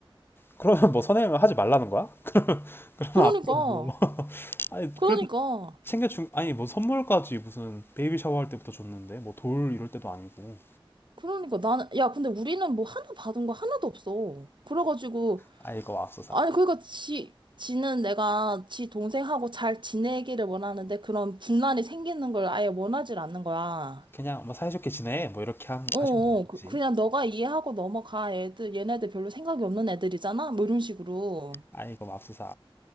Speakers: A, on the left (about 25°); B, on the right (about 60°).
A: 그러면 뭐 선행을 하지 말라는 거야?
B: 그러니까,
A: 앞으로 뭐. <laughs> 아니,
B: 그러니까,
A: 그래도 챙겨준, 아니, 뭐 선물까지 무슨 베이비 샤워할 때부터 줬는데, 뭐 돌 이럴 때도 아니고,
B: 그러니까 나는, 야, 근데 우리는 뭐 하나 받은 거 하나도 없어. 그래가지고,
A: 아이고, 맙소사.
B: 아니, 그러니까 지, 지는 내가 지 동생하고 잘 지내기를 원하는데 그런 분란이 생기는 걸 아예 원하질 않는 거야.
A: 그냥 뭐 사이좋게 지내, 뭐 이렇게 한,
B: 어,
A: 하신
B: 어, 그,
A: 거지.
B: 그냥 너가 이해하고 넘어가. 애들, 얘네들 별로 생각이 없는 애들이잖아? 뭐 이런 식으로.
A: 아이고, 맙소사.